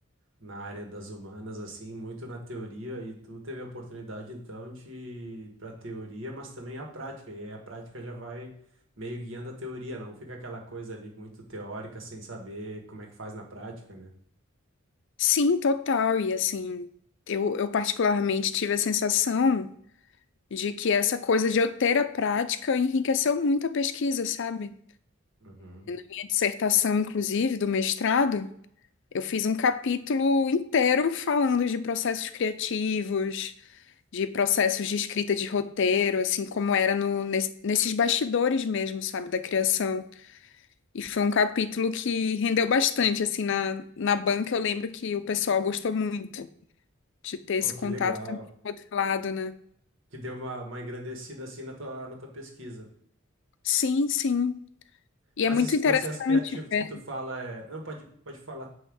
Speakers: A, on the right; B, on the left.
A: na área das humanas, assim, muito na teoria, e tu teve a oportunidade, então, de ir pra teoria, mas também a prática, e aí a prática já vai meio guiando a teoria, não fica aquela coisa ali muito teórica, sem saber como é que faz na prática, né?
B: Sim, total. E assim, eu, eu particularmente tive a sensação de que essa coisa de eu ter a prática enriqueceu muito a pesquisa, sabe?
A: Uhum.
B: Minha dissertação, inclusive, do mestrado, eu fiz um capítulo inteiro falando de processos criativos, de processos de escrita de roteiro, assim como era no, nes- nesses bastidores mesmo, sabe, da criação. E foi um capítulo que rendeu bastante, assim, na, na banca eu lembro que o pessoal gostou muito. de ter esse
A: Pô, que
B: contato
A: legal,
B: também do outro lado, né?
A: que deu uma, uma engrandecida, assim, na tua, na tua pesquisa.
B: Sim, sim. E
A: Mas
B: é muito
A: esse
B: interessante
A: processo criativo que
B: ver.
A: tu fala é... Não, pode, pode falar,